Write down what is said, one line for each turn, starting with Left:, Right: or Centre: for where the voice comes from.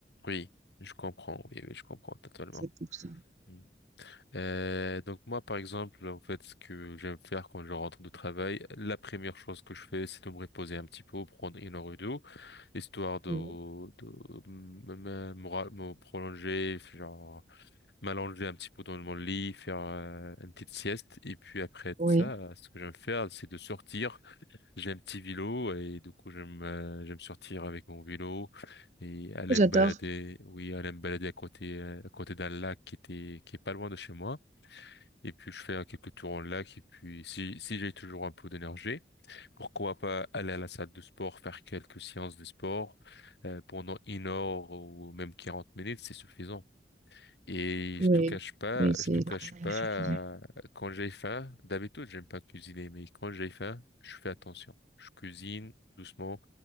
Left: Oui, je comprends. Oui, oui, je comprends totalement.
Right: C'est pour ça.
Left: Hmm. Euh, donc moi, par exemple, en fait, ce que j'aime faire quand je rentre de travail, la première chose que je fais, c'est de me reposer un petit peu, prendre une heure ou deux, histoire de,
Right: Oui,
Left: de me, me- me ra- me prolonger, genre m'allonger un petit peu dans mon lit, faire euh, une petite sieste. Et puis après
Right: oui.
Left: ça, ce que j'aime faire, c'est de sortir J'ai un petit vélo et du coup j'aime euh, j'aime sortir avec mon vélo et aller
Right: J'adore.
Left: me balader. Oui, aller me balader à côté euh, à côté d'un lac qui était qui est pas loin de chez moi. Et puis je fais euh, quelques tours en lac et puis si si j'ai toujours un peu d'énergie, pourquoi pas aller à la salle de sport faire quelques séances de sport euh, pendant une heure ou même 40 minutes, c'est suffisant. Et
Right: Oui,
Left: je te cache pas,
Right: oui, c'est
Left: je te cache
Right: largement
Left: pas,
Right: suffisant.
Left: euh, quand j'ai faim, d'habitude, j'aime pas cuisiner, mais quand j'ai faim, je fais attention. Je cuisine doucement,